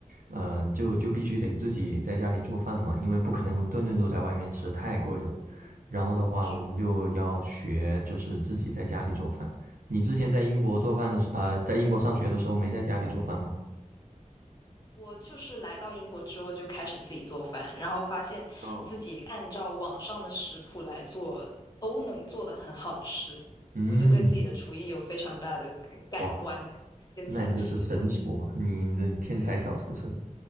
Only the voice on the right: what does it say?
嗯、就就必须得自己在家里做饭嘛，因为不可能 <laughs> 顿顿都在外面吃，太贵了。
然后的话，
我们就要学，就是自己在家里做饭。你之前在英国做饭的时，呃，在英国上学的时候，没在家里做饭吗？
嗯，
嗯，
哇，那你就是神厨，你这天才小厨神。